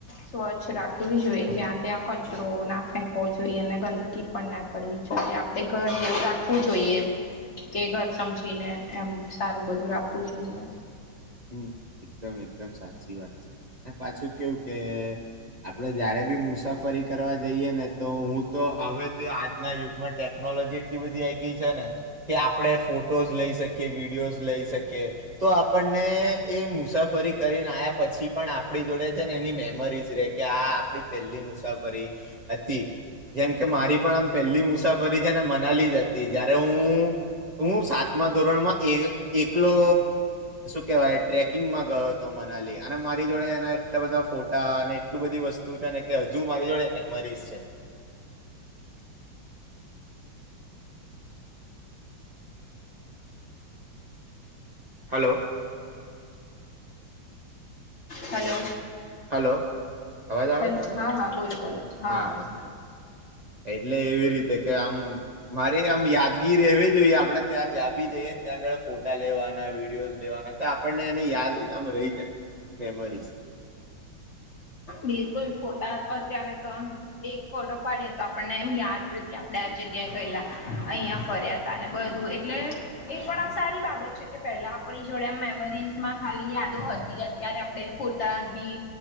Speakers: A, on the left (about 40°); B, on the right (about 70°).
A: સ્વચ્છ રાખવી જોઈએ જ્યાં ત્યાં કચરો ના ફેંકવો જોઈએ અને ગંદકી પણ ના કરવી જોઈએ આપણેે ઘર જેવું રાખવું જોઈએ કે ઘર સમજીને એમ સારું બધું રાખવું. જોઈએ
B: હમ એકદમ એકદમ સાચી વાત છે અને પાછું કેવું કે આપડે જયારે બી મુસાફરી કરવા જઈએ ને તો હું તો હવે આજના યુગમાં ટેકનો ટેકનોલોજી એટ બધી છે ને કે આપણે ફોટોસ લઈ શકીએ વિડીયોઝ લઈ શકીએ તો આપણે ને એ મુસાફરી કરીને આવ્યા પછી પણ આપણી જોડે છે ને એની મેમરીઝ રે કે આ પહેલી મુસાફરી હતી જેમકે મારી પણ આમ પેલી મુસાફરી ફરી જ ને મનાલી જતી જય્યારે હું હું સાતમા ધોરણમાં એક એકલો કેવાય ટ્રેકિંગમાં ગયો હતો મનાલી અને મારી જોડે એના એટલા બધા ફોટા અને એટલું બધી વસ્તુ કે હજુ મારી જોડે મેમરીઝ છે હલો
A: હલો
B: હલો અવાજ આવે
A: હલ
B: મારો
A: હા હા બોલો બોલો
B: હા
A: આવે
B: હા
A: છે
B: હા એટલે એવી રીતે કે આમ મારે આમ યાદગીર રહેેવી જોઈએ આપડે ત્યાં જ્યા બી જઈએ ત્યાં આગળ ફોટા લેવાના વિડીિયોઝ લેવાના તો આપણને એને યાદ આમ રહી જાય મેમરીઝ
A: બિલકુલ ફોટા અત્યારે તો આમ એક ફોટો પાડીએ તો આપણને એમ યાદ રખએ આપડણે આજે ્યા ગલા અહં ફર્યા ત બધું એટલે એ પણ આમ સારી બાબત છે કે પેલા આપણી જોડેમ મેમરીઝમાં ખાલી યાદો હતી અત્યારે આપણે ફોટા બી